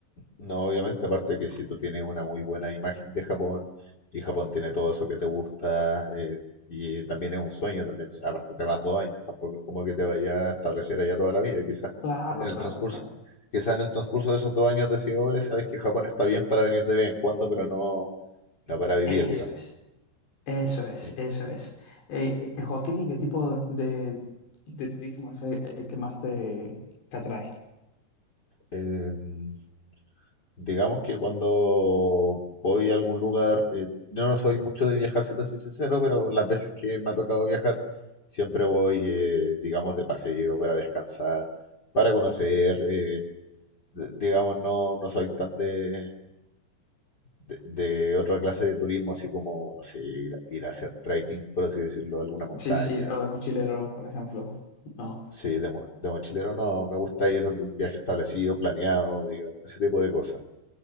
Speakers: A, on the left (about 25°); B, on the left (about 75°).
A: No, obviamente, aparte de que si tú tienes una muy buena imagen de Japón y Japón tiene todo eso que te gusta eh, y también es un sueño, también, aparte te vas dos años, tampoco es como que te vayas a establecer allá toda la vida, quizás
B: Claro,
A: en el
B: claro,
A: transcurso,
B: claro.
A: quizás en el transcurso de esos dos años decides, oye, sabes que Japón está bien para venir de vez en cuando, pero no, no para vivir,
B: Eso
A: digamos.
B: es, eso es,
A: Sí.
B: eso es. Eh, eh, eh, Joaquín, ¿y qué tipo de, de turismo es el, el que más te, te atrae?
A: Em, digamos que cuando voy a algún lugar, eh, no no soy mucho de viajar, si te soy sincero, pero las veces que me ha tocado viajar, siempre voy, eh, digamos, de paseo para descansar, para conocer, eh, d- digamos, no, no soy tan de, de, de otra clase de turismo, así como, no sé, ir, ir a hacer trekking, por así decirlo, a alguna montaña
B: Sí, sí, o
A: o...
B: de mochilero, por ejemplo. No.
A: Sí, de, mo- de mochilero no, me gusta ir de un viaje establecido, planeado, digamos, ese tipo de cosas.